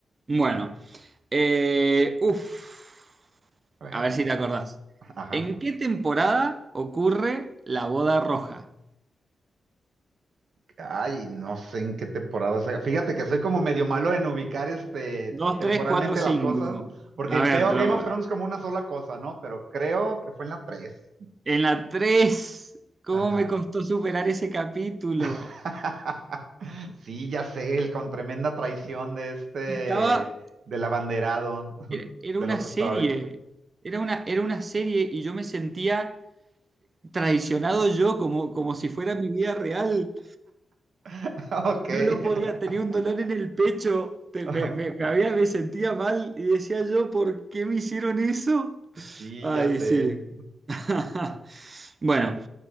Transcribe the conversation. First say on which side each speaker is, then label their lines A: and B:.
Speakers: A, on the right; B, on the right.
A: Bueno, eh, uff,
B: A ver,
A: a ver si te acordás.
B: ajá.
A: ¿En qué temporada ocurre la boda roja?
B: Ay, no sé en qué temporada sea. Fíjate que soy como medio malo en ubicar este
A: 2,
B: temporalmente
A: 3, 4, 5.
B: las cosas, porque
A: A ver,
B: veo
A: te
B: a Game
A: lo-
B: of Thrones como una sola cosa, ¿no? Pero creo que fue en la tres.
A: en la 3. ¿cómo
B: Ajá.
A: me costó superar ese capítulo?
B: <laughs> Sí, ya sé, el con tremenda traición de este,
A: Estaba
B: del abanderado <laughs>
A: Era, era
B: de
A: una
B: los
A: serie,
B: Stark.
A: era una, era una serie y yo me sentía traicionado yo como, como si fuera mi vida real.
B: <laughs> Ok.
A: No lo podía, tenía un dolor en el pecho, te-
B: <laughs>
A: me, me, me había, me sentía mal y decía yo, ¿por qué me hicieron eso?
B: Sí,
A: Ay,
B: ya sé.
A: sí. <laughs> Bueno,